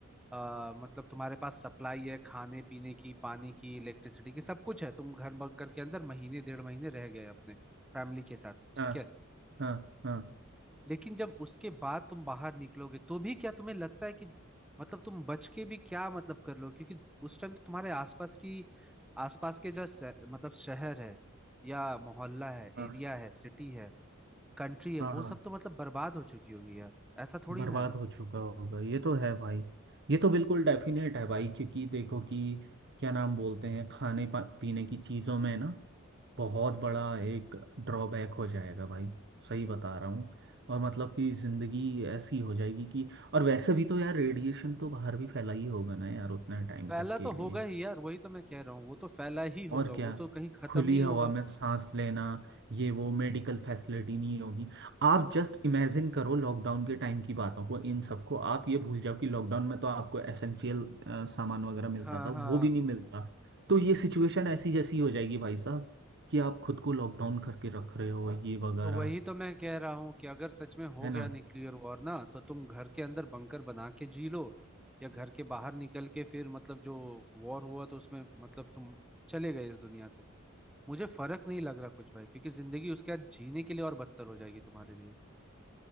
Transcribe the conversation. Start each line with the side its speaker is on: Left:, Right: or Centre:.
Centre: अ, मतलब तुम्हारे पास सप्लाई है खाने पीने की पानी की इलेक्ट्रिसिटी की सब कुछ है तुम घर बंकर के अंदर महीने डेढ़ महीने रह गए अपने फैमिली के साथ ठीक
Right: हाँ
Centre: है
Right: हाँ हाँ
Centre: लेकिन जब उसके बाद तुम बाहर निकलोगे तो भी क्या तुम्हें लगता है कि मतलब तुम बच के भी क्या मतलब कर लो क्योंकि उस टाइम तो तुम्हारे आसपास की आसपास के जो श- मतलब शहर है या मोहल्ला है
Right: हाँ
Centre: एरिया है सिटी है कंट्री है
Right: हाँ
Centre: वो
Right: हाँ,
Centre: सब तो मतलब बर्बाद हो चुकी होगी यार ऐसा थोड़ी
Right: बर्बाद
Centre: ना है
Right: हो चुका होगा ये तो है भाई ये तो बिल्कुल डेफिनेट है भाई क्योंकि देखो कि क्या नाम बोलते हैं खाने पा- पीने की चीज़ों में ना बहुत बड़ा एक ड्रॉबैक हो जाएगा भाई सही बता रहा हूँ और मतलब कि ज़िंदगी ऐसी हो जाएगी कि और वैसे भी तो यार रेडिएशन तो बाहर भी फैला ही होगा ना यार उतना टाइम
Centre: फैला
Right: तक के
Centre: तो
Right: लिए
Centre: होगा ही यार वही तो मैं कह रहा हूँ वो तो फैला ही
Right: और
Centre: होगा
Right: क्या
Centre: वो तो कहीं खत्म
Right: खुली
Centre: नहीं
Right: हवा
Centre: होगा
Right: में सांस लेना ये वो मेडिकल फैसिलिटी नहीं होगी आप जस्ट इमेजिन करो लॉकडाउन के टाइम की बातों को इन सबको आप ये भूल जाओ कि लॉकडाउन में तो आपको एसेंशियल सामान वगैरह मिलता
Centre: हाँ
Right: था वो
Centre: हाँ
Right: भी नहीं मिलता तो ये सिचुएशन ऐसी जैसी हो जाएगी भाई साहब कि आप खुद को लॉकडाउन करके रख रहे हो ये वगैरह
Centre: तो वही तो मैं कह रहा हूँ कि अगर सच में हो
Right: है
Centre: गया
Right: ना
Centre: न्यूक्लियर वॉर ना तो तुम घर के अंदर बंकर बना के जी लो या घर के बाहर निकल के फिर मतलब जो वॉर हुआ तो उसमें मतलब तुम चले गए इस दुनिया से मुझे फर्क नहीं लग रहा कुछ भाई क्योंकि जिंदगी उसके बाद जीने के लिए और बदतर हो जाएगी तुम्हारे लिए